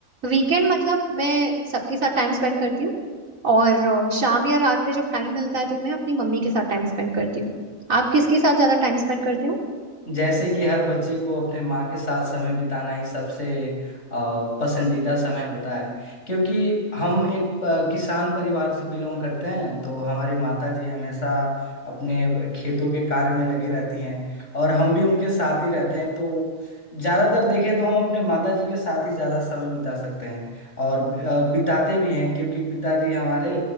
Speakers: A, on the right (about 80°); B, on the left (about 60°).
A: वीकेंड मतलब मैं सबके साथ टाइम स्पेंड करती हूँ और अ, शाम या रात में जब टाइम मिलता है तो मैं अपनी मम्मी के साथ टाइम स्पेंड करती हूँ आप किसके साथ ज्यादा टाइम स्पेंड करते हो
B: जैसे कि हर बच्चे को अपने माँ के साथ समय बिताना ही सबसे अ, पसंदीदा समय होता है क्योंकि हम एक अ, किसान परिवार से बिलोंग करते हैं तो हमारी माता जी हमेशा अपने खेतों के कार्य में लगी रहती हैं और हम भी उनके साथ ही रहते हैं तो ज़्यादातर देखें तो हम अपने माता जी के साथ ही ज़्यादा समय बिता सकते हैं और अ, बिताते भी हैं क्योंकि पिताजी हमारे